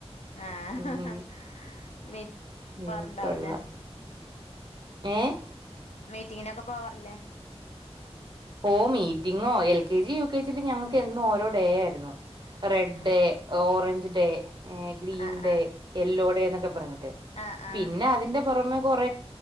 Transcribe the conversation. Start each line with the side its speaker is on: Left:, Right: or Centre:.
Left: ആഹ്
Right: ഉം
Left: മീറ്റ്
Right: ഉം
Left: പോവാറുണ്ടാവൂലേ
Right: കൊള്ളാം. ഏഹ്
Left: മീറ്റിങ്ങിനൊക്കെ പോവാറില്ലേ
Right: ഓ മീറ്റിങ്ങോ L K G, U K ജിയില് ഞങ്ങൾക്ക് എന്നും ഓരോ ഡേ ആയിരുന്നു. Red
Left: ah
Right: day orange day ഏ green
Left: ah ah
Right: day yellow day എന്നൊക്കെ പറഞ്ഞിട്ട്
Left: ആഹ് ആഹ്
Right: പിന്നെ അതിന്റെ പുറമേ കൊറ